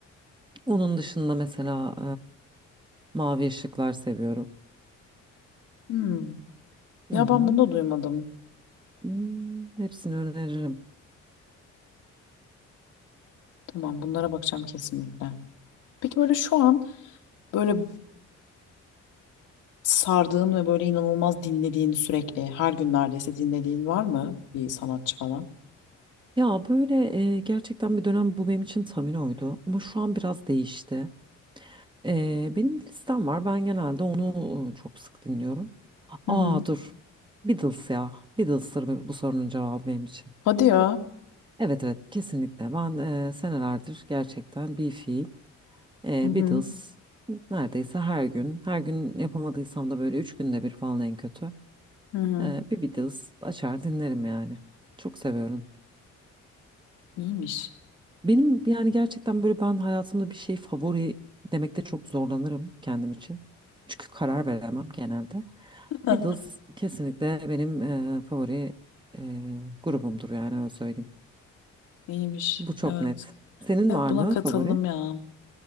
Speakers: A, on the right; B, on the left.
A: Onun dışında mesela e, Mavi Işıklar seviyorum.
B: Hmm. Ya
A: Hı hı.
B: ben bunu da duymadım.
A: Hmm, hepsini öneririm.
B: Tamam bunlara bakacağım kesinlikle. Peki böyle şu an Böyle sardığın ve böyle inanılmaz dinlediğin sürekli her gün neredeyse dinlediğin var mı bir sanatçı falan?
A: Ya böyle e, gerçekten bir dönem bu benim için Tamino'ydu ama şu an biraz değişti. E, benim bir listem var ben genelde onu e, çok sık dinliyorum.
B: Hı
A: Aa
B: hı.
A: dur Beatles ya Beatles'tır bu bu sorunun cevabı benim için.
B: Hadi ya.
A: Evet evet kesinlikle ben e, senelerdir gerçekten bir fiil e,
B: Hı hı.
A: Beatles neredeyse her gün her gün yapamadıysam da böyle üç günde bir falan en kötü
B: Hı hı.
A: e, bir Beatles açar dinlerim yani çok seviyorum.
B: İyiymiş.
A: Benim yani gerçekten böyle ben hayatımda bir şey favori demekte çok zorlanırım kendim için. Çünkü karar veremem genelde.
B: <laughs>
A: Beatles kesinlikle benim e, favori e, grubumdur yani öyle söyleyeyim.
B: İyiymiş.
A: Bu çok
B: Evet.
A: net. Senin
B: Evet
A: var
B: buna
A: mı
B: katıldım
A: favori?
B: ya.